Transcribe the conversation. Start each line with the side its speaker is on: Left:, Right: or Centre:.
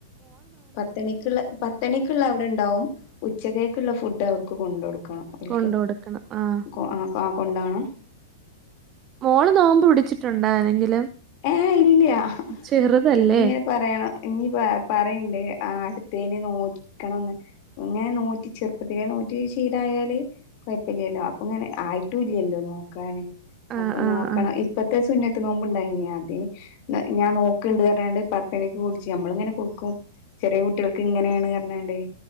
Left: പത്തണിക്ക്ള്ള പത്തണിക്ള്ള അവ്ടെ ണ്ടാവും ഉച്ചകെക്ക്ള്ള ഫുഡ് അവട്ക്ക് കൊണ്ട്ടുക്കണം. ഓൽക്
Right: കൊണ്ട് കൊടുക്കണം ആഹ്
Left: കൊ അ ആ കൊണ്ടവണം
Right: മോള് നോമ്പ് പിടിച്ചിട്ടുണ്ടായ്നെങ്കിൽ
Left: ഏഹ് ഇല്ല്യ
Right: ചെറുതല്ലേ
Left: ഇനി ഇങ്ങനെ പറയണം ഇനി പറയണ്ടേ ആട് തേനെ നോക്കണന്ന്. ഇങ്ങനെ നോറ്റി ചെറുപ്പത്തിലെ നോറ്റി ശീലായാല് കൊയപ്പല്യല്ലോ അപ്പൊ ഇങ്ങനെ ആയിട്ടു ല്ല്യല്ലോ. നോക്കന്
Right: ആഹ്
Left: അപ്പൊ
Right: ആഹ്
Left: നോക്കണ
Right: ആഹ്
Left: ഇപ്പത്തെ സുന്നത്ത് നോമ്പ് ണ്ടായിന്യ? അത ഞാൻ നോക്കണ്ട് പറഞ്ഞാണ്ട് പത്തണക്ക് കുടിച്ചു നമ്മള ഇങ്ങനെ കൊടുക്കും ചെറിയ കുട്ടികൾക്ക് ഇങ്ങനെയാണ് കഞ്ഞാണ്ട്േ